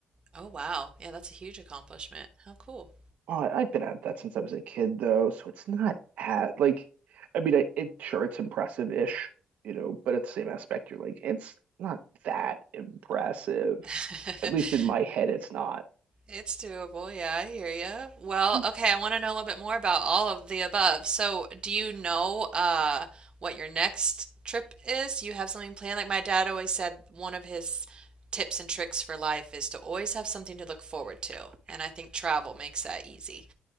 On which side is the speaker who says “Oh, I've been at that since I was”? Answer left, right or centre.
Right